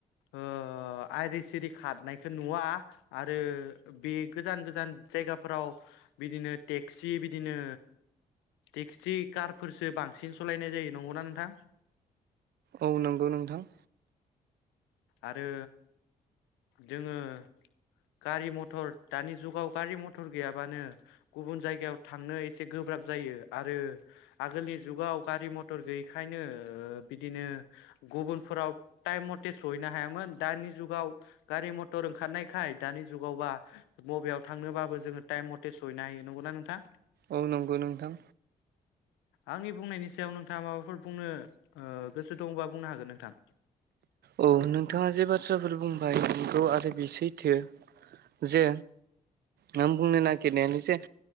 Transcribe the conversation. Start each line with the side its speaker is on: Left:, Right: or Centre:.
Left: आइर सिरि खारनायखौ नुवा आरो बे गोजान गोजान जायगाफोराव बिदिनो टेक्सि बिदिनो। टेक्सि कारफोरसो बांसिन सालायनाय जायो नंगौना नोंथां।
Right: औ नंगौ नोंथां।
Left: आरो जोङो। गारि मथर दानि जुगाव गारि मथर गैयाबानो गुबुन जायगायाव थांनो एसे गोब्राब जायो आरो। आगोलनि जुगाव गारि मथर गैयैखायनो बिदिनो। गुबुनफोराव टाइम मथे सहैनो हायामोन दानि जुगाव। गारि मथर ओंखारनायखाय दानि जुगावबा बबेयाव थांनोबाबो जोङो टाइम मथर। सयना होनना नना नोंथां
Right: औ नंगौ नोंथां
Left: आंनि बुंनायनि सायाव नोंथाङा माबाफोर बुंनो गोसो दंबा बुंनो हागोन नोंथां।
Right: औ नोंथाङा जे बाथ्राफोर बुंबाय नखौ आरो बे सैथो जे मं बुंनो न खनायानोस